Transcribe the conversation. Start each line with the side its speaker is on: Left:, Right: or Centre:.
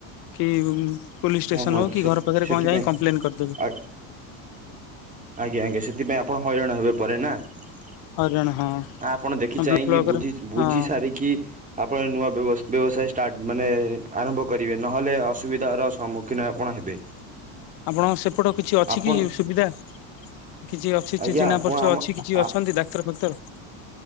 Left: କି ପୋଲିସ ଷ୍ଟେସନ
Right: ହଁ ହଁ
Left: ହଉ କି
Right: ସେ
Left: ଘର ପାଖରେ
Right: ସେଥିପାଇଁ
Left: କଣ ଯାଇ କଂପ୍ଲେନ୍ କରିଦେବେ।
Right: ଆ ଆଜ୍ଞା ଆଜ୍ଞା ସେଥିପାଇଁ ଆପଣ ହଇରାଣ ହେବେ ପରେ ନା?
Left: ହଇରାଣ
Right: ହ
Left: ହଁ
Right: ଆପଣ ଦେଖି ଚାହିଁକି
Left: ବ୍ଲକର
Right: ବୁଝି ବୁଝି
Left: ହଁ
Right: ସାରିକି ଆପଣ ନୂଆ ବ୍ୟବ ବ୍ୟବସାୟ ଷ୍ଟାର୍ଟ ମାନେ ଆରମ୍ଭ କରିବେ ନହେଲେ ଅସୁବିଧାର ସମ୍ମୁ ଖିନ ଆପଣ ହେବେ।
Left: ଆପଣଙ୍କ ସେପଟ କିଛି ଅଛି
Right: ଆପଣ
Left: କି ସୁବିଧା? କିଛି ଅଛି
Right: ଆଜ୍ଞା
Left: ଚି ଚିନା
Right: ଆପଣ
Left: ପରିଚୟ
Right: ଆମ
Left: ଅଛି କିଛି
Right: ଆ
Left: ଅଛନ୍ତି ଡାକ୍ତର ଫାକ୍ତର?